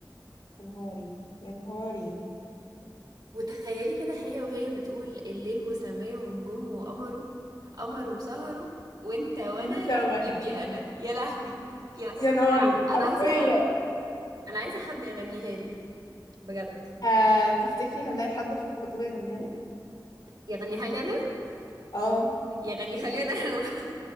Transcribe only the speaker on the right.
وتخيلي كده هي وهي بتقول الليل وسماه ونجوم وقمره قمر وسهره وانت وانا
يا
حبيبي انا يا لهوي يا له...
انا
عايزه انا عايزه حد يغنيها لي بجد
يغنيها لي انا
يغنيها
لي انا <laughs> انا ب...